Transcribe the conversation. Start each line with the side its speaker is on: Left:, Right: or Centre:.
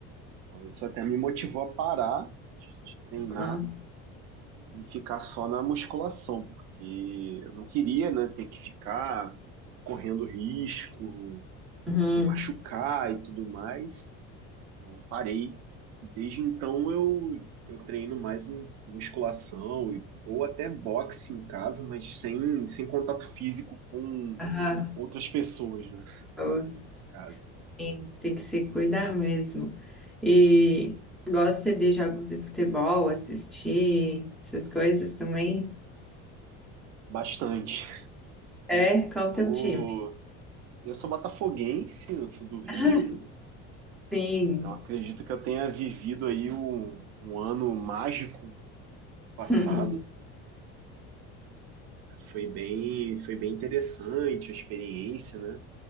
Right: Então isso até me motivou a parar de, de treinar
Centre: Ah,
Right: e ficar só na musculação, porque eu não queria, né, ter que ficar correndo risco
Centre: uhum.
Right: de machucar e tudo mais. Então parei. E desde então eu, eu treino mais em musculação e- ou até boxe em casa, mas sem, sem contato físico com
Centre: Ah,
Right: outras pessoas, né,
Centre: eu-
Right: nesse caso.
Centre: sim, tem que se cuidar mesmo. E gosta de jogos de futebol, assistir, essas coisas também?
Right: Bastante.
Centre: É, qual
Right: Eu,
Centre: o teu time?
Right: eu sou botafoguense, eu sou do Rio,
Centre: <laughs>
Right: né?
Centre: Sim.
Right: Então acredito que eu tenha vivido aí um, um ano mágico passado.
Centre: <laughs>
Right: Foi bem, foi bem interessante a experiência, né?